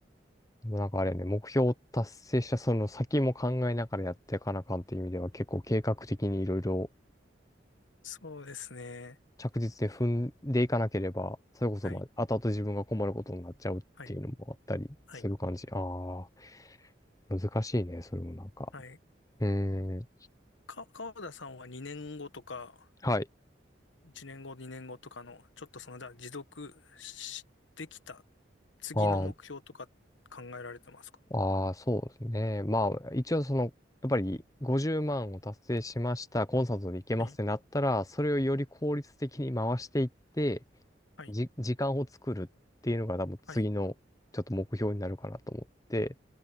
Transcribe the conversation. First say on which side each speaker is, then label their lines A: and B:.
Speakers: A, on the left; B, on the left.
A: でもなんかあれね、目標を達成したその先も考えながらやっていかなあかんっていう意味では結構計画的にいろいろ
B: そうですね。
A: 着実に踏んでいかなければ、それこそまあ後々自分が困ることになっちゃうっていうのもあったりする感じ。
B: はい。はい。はい。
A: ああ、難しいね、それもなんか。
B: はい。
A: うーん。
B: か、川田さんは2年後とか、
A: はい。
B: 1年後、2年後とかの、ちょっとその、じゃあ持続し、できた次の目標とか考えられてますか
A: あーあー、そうですね。まあ、一応その、やっぱり50万を達成しました、コンサートで行けますってなったら、
B: はい、
A: それをより効率的に回していって、
B: はい、
A: じ、時間を作るっていうのが多分次のちょっと目標になるかなと思って、
B: はい、